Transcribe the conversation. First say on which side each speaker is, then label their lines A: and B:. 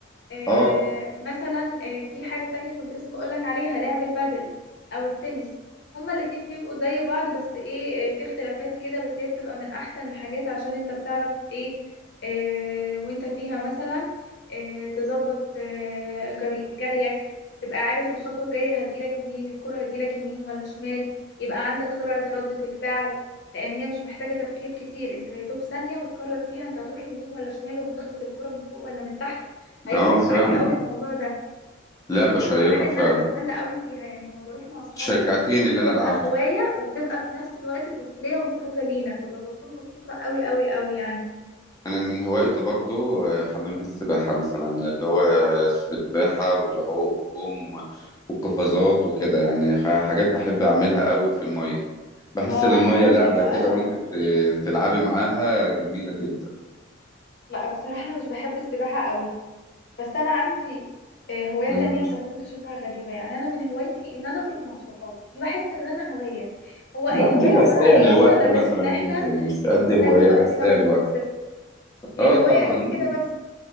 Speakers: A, on the left (about 55°); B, on the left (about 15°).
A: آه،
B: اه
A: مثلا آه، في حاجة تانية كنت لسه بقولك عليها لعب البادل أو التنس هما الاتنين بيبقوا زي بعض بس ايه آه، في اختلافات كده بس هي بتبقى من أحسن الحاجات عشان انت بتعرف ايه آه، وانت فيها مثلا آه، تظبط آه، جري جريك تبقى عارف الخطوة الجاية هتجيلك منين الكرة هتجيلك يمين ولا شمال يبقى عندك سرعة ردة الفعل لأن هي مش محتاجة تفكير كتير انت يا دوب ثانية بتقرر فيها انت هتروح يمين ولا شمال وهتخبط الكرة من فوق ولا من تحت هيفرق
B: اه فعلا
A: معاك قوي الموضوع ده
B: لعبة
A: خصوصا
B: شيقة
A: كمان ان
B: فعلا
A: انا بتسلى قوي فيها يعني لما بروح مع اصحابي
B: شجعتيني اللي
A: بتبقى
B: انا العبها
A: هواية وبتبقى في نفس الوقت تسلية وخروجة لينا فبكون مبسوطة قوي قوي قوي يعني
B: انا من هوايتي برضو آه، حمام السباحه مثلا اللي هو السباحه والعوم والقفازات وكده يعني ح- حاجات بحب اعملها قوي في الميه بحس
A: اه
B: ان الميه
A: انا عندي
B: لعبه
A: بقى
B: كده وانت بت- بتلعبي معاها جميله جدا
A: لا بصراحة انا مش بحب السباحة قوي بس انا عندي آه، هواية
B: مم.
A: تانية انت ممكن تشوفها غريبة يعني انا من هوايتي ان انا اخرج مع صحابي دي بحس ان انا هواية هو الهواية
B: لا دي تسليه
A: عبارة عن ايه
B: للوقت
A: اصلا
B: مثلا
A: غير ان
B: انت
A: احنا
B: مش قد
A: آه، نسلي
B: هوايه
A: وقتنا
B: تسليه
A: ونتبسط
B: للوقت
A: هي
B: اه
A: الهواية
B: طبعا
A: اكيد كده بس